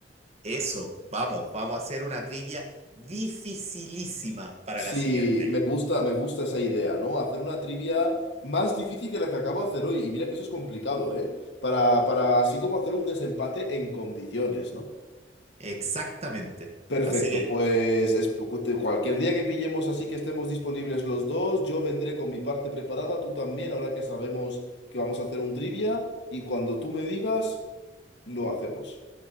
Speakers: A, on the right; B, on the left.
A: Eso, vamos, vamos a hacer una trivia dificilísima para
B: Sí,
A: la siguiente.
B: me gusta, me gusta esa idea, ¿no? Hacer una trivia más difícil que la que acabo de hacer hoy. Y mira que eso es complicado, ¿eh? Para, para así como hacer un desempate en condiciones, ¿no?
A: Exactamente.
B: Perfecto,
A: Así que,
B: pues es- cualquier día que pillemos así que estemos disponibles los dos, yo vendré con mi parte preparada, tú también, ahora que sabemos que vamos a hacer un trivia, y cuando tú me digas, lo hacemos.